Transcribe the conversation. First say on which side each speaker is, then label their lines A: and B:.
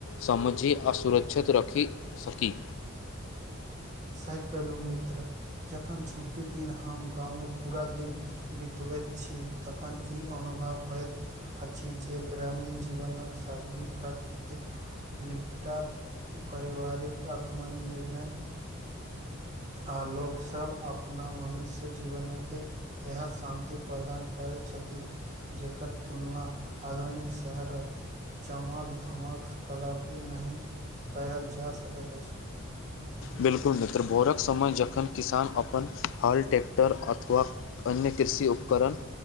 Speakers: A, on the left; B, on the right.
A: समझि आ सुरक्षित रखी सकी
B: सही कहलु मित्र जखन छुट्टी दिन हम गाँवमे पूरा दिन बितबैत छी तखन ई अनुभव होइत अछि जे ग्रामीण जीवनक सादगी प्राकृतिक निकटा परिवारिक आत्म निर्णय आ लोक सब अपना मनुष्य जीवन के इहे शान्ति प्रदान करै छथि। जेकर तुलना आधुनिक शहर आ चमक धमक कदापि नहि कयल जा सकैत अछि।
A: बिल्कुल मित्र भोरक समय जखन किसान अपन हल ट्रैक्टर अथवा अन्य कृषि उपकरण